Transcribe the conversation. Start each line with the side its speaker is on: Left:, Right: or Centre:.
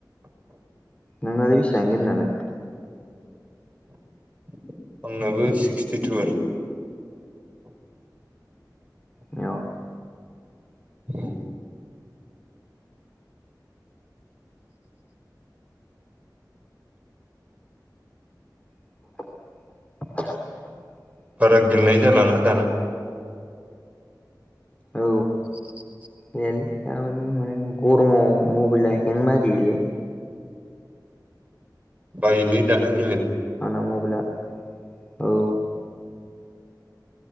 Left: नोंनालाय बिसान गेमनालाय?
Right: <inaudible> आंनाबो सिक्सटिटु आनो
Left: अ।
Right: उ <inaudible>
Left: <inaudible>
Right: बारा गेलनाय जालाना दाना। <inaudible>
Left: औ जायालै दाबिदियाव माने गरमाव मबेलया हें मारियोलै।
Right: बायोलै दाना गेलनो
Left: आंना मबाइला औ।